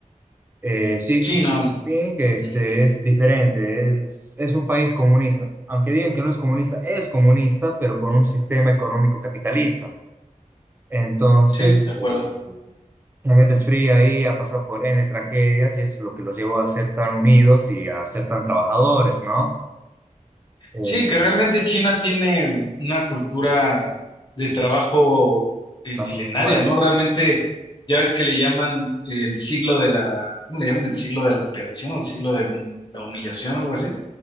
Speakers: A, on the right; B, on the left.
A: Eh, Xi,
B: Sí,
A: Xi
B: no.
A: Jinping, que este,
B: Ujú.
A: es diferente, es, es un país comunista. Aunque digan que no es comunista, es comunista, pero con un sistema económico capitalista. Entonces,
B: Sí, de acuerdo.
A: eh, la gente es fría ahí, ha pasado por N tragedias y eso es lo que los llevó a ser tan unidos y a ser tan trabajadores, ¿no? Eh,
B: Sí, que realmente China tiene una cultura de trabajo eh,
A: bastante
B: milenaria,
A: fuerte,
B: ¿no? Realmente, ya ves que le llaman el siglo de la, ¿cómo le llaman? El siglo de la perdición o el siglo de la humillación, algo así.